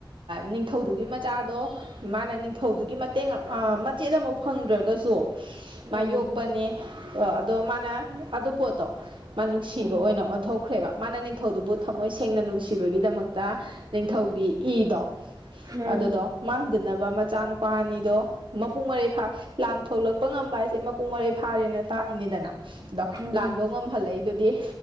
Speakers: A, on the right; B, on the right.
A: ꯅꯤꯡꯊꯧꯗꯨꯒꯤ ꯃꯆꯥꯗꯣ ꯃꯥꯅ ꯅꯤꯡꯊꯧꯗꯨꯒꯤ ꯃꯇꯦꯡ ꯃꯆꯦꯠ ꯑꯃꯥꯎ ꯐꯪꯗ꯭ꯔꯒꯁꯨ
B: ꯎꯝ
A: ꯃꯥ ꯌꯣꯛꯄꯅꯦ ꯑ ꯑꯗꯣ ꯃꯥ ꯌꯥꯢ ꯑꯗꯨ ꯄꯣꯠꯇꯣ ꯃꯥ ꯅꯨꯡꯁꯤꯕ
B: ꯎꯝ
A: ꯑꯣꯏꯅ ꯑꯣꯟꯊꯣꯛꯈ꯭ꯔꯦꯕ ꯃꯥꯅ ꯅꯤꯡꯊꯧꯗꯨꯕꯨ ꯊꯃꯣꯏ ꯁꯦꯡꯅ ꯅꯨꯡꯁꯤꯕꯒꯤꯗꯃꯛꯇ ꯅꯤꯡꯊꯧꯒꯤ ꯏꯗꯣ
B: ꯎꯝ
A: ꯑꯗꯨꯗꯣ ꯃꯥꯡꯗꯅꯕ ꯃꯆꯥꯅꯨꯄꯥ ꯄꯥꯅꯤꯗꯣ ꯃꯄꯨꯡ ꯃꯔꯩ ꯐꯥ ꯂꯥꯟ ꯊꯣꯛꯂꯛꯄ ꯉꯝꯕ ꯍꯥꯏꯁꯦ ꯃꯄꯨꯡ ꯃꯔꯩ ꯐꯥꯔꯦꯅ ꯇꯥꯛꯏꯅꯤꯗꯅ ꯗꯣ
B: ꯎꯝ
A: ꯂꯥꯟꯗꯣ ꯉꯝ ꯍꯜꯂꯛꯏꯗꯨꯗꯤ